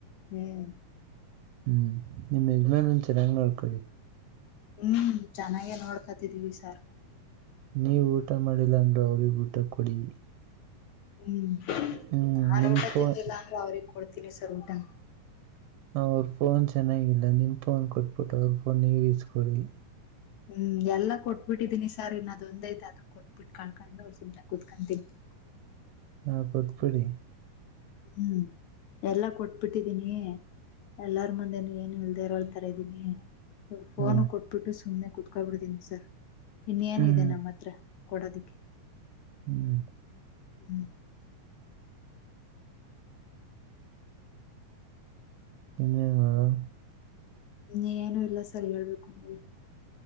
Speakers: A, on the left; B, on the right.
A: ಹ್ಮ್
B: ಹ್ಮ್ ನಿಮ್ ಯಜಮಾನ್ರುನ ಚೆನ್ನಾಗಿ ನೋಡ್ಕೊಳ್ಳಿ
A: ಹ್ಮ್ ಚೆನ್ನಾಗೇ ನೋಡ್ಕತಿದೀವಿ ಸಾರ್
B: ನೀವು ಊಟ ಮಾಡಿಲ್ಲ ಅಂದ್ರರು ಅವ್ರಿಗ ಊಟ ಕೊಡಿ
A: ಹ್ಮ್
B: ಹ್ಮ್
A: ನಾ
B: ನಿಮ್
A: ಊಟ
B: ಫೋನ್
A: ತಿಂದಿಲ್ಲ ಅಂದ್ರೆ ಅವ್ರಿಗೆಗ್ ಕೊಡ್ತೀನಿ ಸರ್ ಊಟನ
B: ಅವ್ರ ಫೋನ್ ಚೆನ್ನಾಗಿಲ್ಲ ನಿಮ ಫೋನ್ ಕೊಟ್ಬಿಟ್ಟು ಅವ್ರ ಫೋನ್ ನೀವ್ ಇಸ್ಕೋಳಿ
A: ಹ್ಮ್ ಎಲ್ಲಾ ಕೊಟ್ಬಿಟ್ಟಿದ್ದೀನಿ ಸರ್ ಇನ್ನದ್ ಒಂದ ಐತೆ ಅದ ಕೊಟ್ಬಿಟ್ಟು ಕಾಕೊಂಡು ಸುಮ್ನೆ ಕುೂತ್ಕೊಂತೀನಿ <inaudible>
B: ಹಾ ಕೊಟ್ಟುಬಿಡಿ
A: ಹ್ಮ್ ಎಲ್ಲಾ ಕೊಟ್ಬಿಟ್ಟಿದ್ದೀನಿ ಎಲ್ಲಾರ ಮುಂದೆನು ಏನು ಇಲ್ದೆೇ ಇರಳ್ತರ ಇದ್ದೀನಿ ಫೋನು
B: ಹಾ
A: ಕೊಟ್ಬಿಟ್ಟು ಸುಮ್ಮನೆ ಕುತ್ಕೊಬ ಬಿಡ್ತೀನಿ ಸರ್ ಇನ್ನೇನ್
B: ಹ್ಮ್
A: ಇದೆ ನಮ್ಮ ಹತ್ರ ಕೊಡೋದಿಕ್ಕೆ
B: ಹ್ಮ್
A: ಹ್ಮ್
B: ಇನ್ನೇ ಮೇಡಮ
A: ಹ್ಮ್ ಏನು ಇಲ್ಲ ಸರಿ ಹೇಳ್ಬೇಕು ನೀವೇ